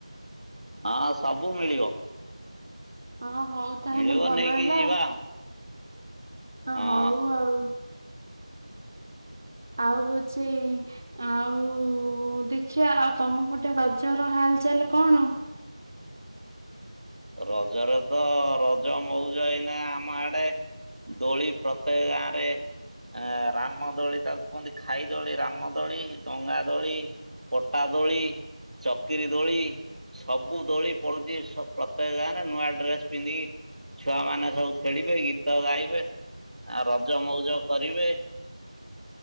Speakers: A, on the right (about 80°); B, on the right (about 25°).
A: ହଁ ସବୁ ମିଳିବ।
B: ହଁ ହଉ ତାହେଲେ
A: ମିଳିବ
B: ଭଲ
A: ନେଇକି
B: ହେଲା।
A: ଯିବା
B: ଅ
A: ହଁ।
B: ହଉ ଆଉ। ଆଉ ହଉଛି ଆଉ-ଉ-ଉ-ଉ ଦେଖିବା ଆଉ ତମ ପଟେ ରଜର ହାଲ ଚାଲ କଣ?
A: ରଜରେ ତ ରଜ ମଉଜ ଏଇନା ଆମ ଆଡେ। ଦୋଳି ପ୍ରତ୍ୟେକ ଗାଁ ରେ ଅ ରାମ ଦୋଳି ତାକୁ କୁହନ୍ତି ଖାଇ ଦୋଳି, ରାମ ଦୋଳି, ଡଙ୍ଗା ଦୋଳି, ପଟା ଦୋଳି, ଚକିରି ଦୋଳି ସବୁ ଦୋଳି ପଡୁଛି ଏ ସ ପ୍ରତ୍ୟେକ ଗାଁ ରେ ନୂଆ ଡ୍ରେସ ପିନ୍ଧିକି ଛୁଆମାନେ ସବୁ ଖେଳିବେ, ଗୀତ ଗାଇବେ ଆ ରଜ ମଉଜ କରିବେ